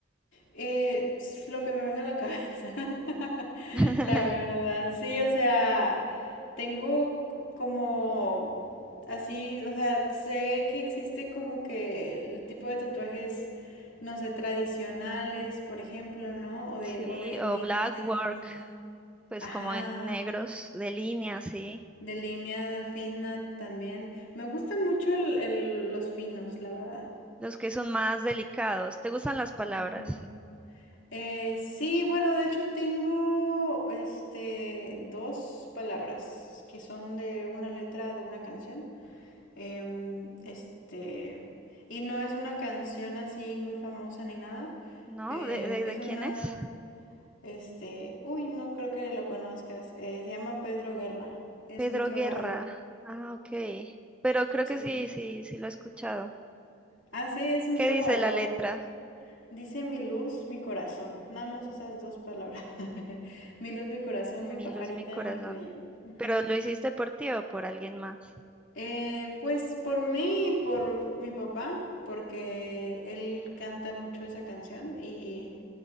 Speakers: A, on the left; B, in the centre.
A: Eh, es lo que me venga a la cabeza, <laughs>
B: <laughs>
A: la verdad, sí, o sea, tengo c- como así, o sea, sé que existe como que el tipo de tatuajes, no sé, tradicionales, por ejemplo, ¿no? O de,
B: Sí,
A: o de,
B: o
A: li-
B: black
A: o de
B: work,
A: línea,
B: pues
A: ajá,
B: como en negros, de línea, sí.
A: de línea fina también. Me gustan mucho el- el- los finos, la verdad.
B: Los que son más delicados. ¿Te gustan las palabras?
A: Ujú. Eh, sí, bueno, de hecho tengo este dos palabras que son de una letra de una canción. Em, este, y no es una canción así muy famosa ni nada.
B: ¿No?
A: Eh,
B: ¿De, de,
A: es
B: de quién
A: una,
B: es?
A: este, uy, no creo que lo conozcas. Eh, se llama Pedro Guerra. Es
B: Pedro
A: un trovador.
B: Guerra. Ah, ok. Pero creo
A: Sí.
B: que sí, sí, sí lo he escuchado.
A: Ah, sí, es un
B: ¿Qué
A: trovador.
B: dice la letra?
A: Dice mi luz, mi corazón. Nada más esas dos palabras. <laughs> mi luz, mi corazón,
B: Mi
A: mi pajarita,
B: luz, mi corazón.
A: mi creyón. Ujú.
B: ¿Pero lo hiciste por ti o por alguien más?
A: Eh, pues por mí y por mi papá, porque él canta mucho esa canción y